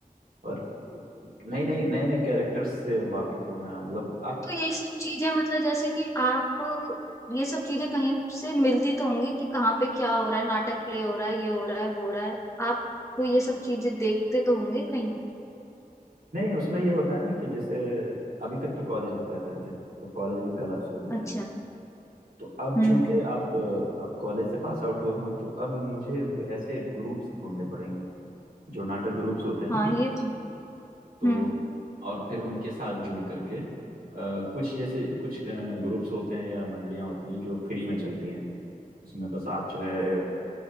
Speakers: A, on the right; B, on the left.
A: और नई नई नए नए कैरेक्टर्स से वाकिफ होना मतलब आप
B: तो यही सब चीजें मतलब जैसे कि आप ये सब चीजें कहीं से मिलती तो होंगी कि कहाँ पे क्या हो रहा है नाटक प्ले हो रहा है ये हो रहा है वो हो रहा है आपको ये सब चीजें देखते तो होंगे कहीं
A: नहीं उसमें ये होता है ना कि जैसे अभी तक तो कॉलेज में कर रहे थे तो कॉलेज में क्लब्स होते हैं
B: अच्छा
A: तो अब
B: हम्म
A: चूंकि आप अब कॉलेज से पास आउट हो रहा हूँ तो अब मुझे ऐसे ग्रुप्स ढूंढने पड़ेंगे जो नाटक ग्रुप्स होते हैं
B: हाँ
A: ना
B: ये तो
A: तो
B: हम्म
A: और फिर उनके साथ जुड़ करके अ, कुछ जैसे कुछ ग्रुप्स होते हैं या मंडलियां होती हैं जो फ्री में चलती हैं उसमें बस आप जो है